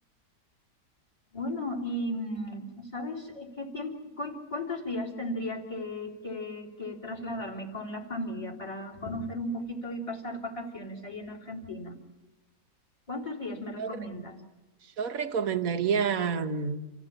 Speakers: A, on the left (about 20°); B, on the right (about 55°).
A: Bueno, y mm, ¿sabes eh, qué tiempo, cu- cuántos días tendría que, que- que trasladarme con la familia para conocer un poquito y pasar vacaciones ahí en Argentina? ¿Cuántos días
B: Yo,
A: me recomiendas?
B: re- yo recomendaría, mm,